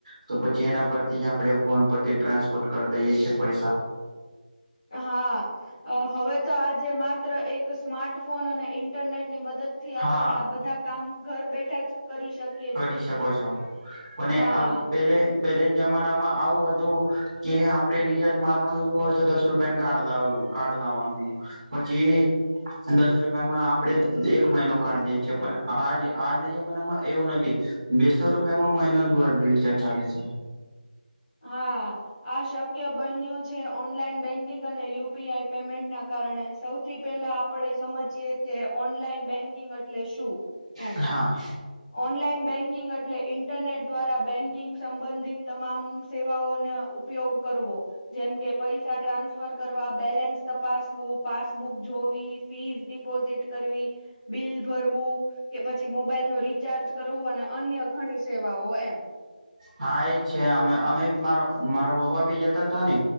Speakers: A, on the right; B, on the left.
A: તો પછી એના પરથી જ આપણે ફોન પરથી ટ્રાન્સપોર્ટ કરી દઈએ છીએ પૈસા
B: હા હવે તો આજ જે માત્ર એક સ્માર્ટફોન અને ઇન્ટરનેટની મદદથી
A: હા
B: આપણે આ બધા કામ ઘર બેઠા જ કરી શક
A: કરી શકો છો અને
B: હા
A: અ પેલે પેલેને જમાનામાં આવું હતું કે આપડે રીચાર્જ મારવાનું બી હોય તો દસ રૂપિયા કાર્ડ લાવવું કાર્ડ લાવાનું પછી દસ રૂપિયામાં આપણેે એક મહિનો કાઢી દે છી પણ આજ આજના જમાનામાં એવું નથી બેસો રૂપિયામાં મહિનો જ બોડ બિસ્ટરચાલે છે.
B: હા. આ શક્ય બન્યું છે ઓનલાઈન બેંકિંગ અને યુપીઆઈ પેમેન્ટ ના કારણે સૌથી પેલા આપડે સમજીએ કે ઓનલાઈન બેન્કિંગ અટલે શું? એમ
A: હા.
B: ઓનલાઈન બેંકિંગ અટલે ઇન્ટરનેટ દ્વારા બેંકિંગ સંબંધિત તમામ સેવાઓના ઉપ ઉપયોગ કરવો. જેમ કે પૈસા ટ્રાન્સફર કરવા બેલેન્સ તપાસવું પાસબુક જોવી ફીસ ડીપ પોઝીટ કરવી બિલ ભરવું કે પછી મોબાઈલનો રી રિચાર્જ કરવું અને અન્ય ઘણી સેવાઓ એમ.
A: હા એજ છે અમે અમે મારા મારા પપ્પા બી જતા જ તા ને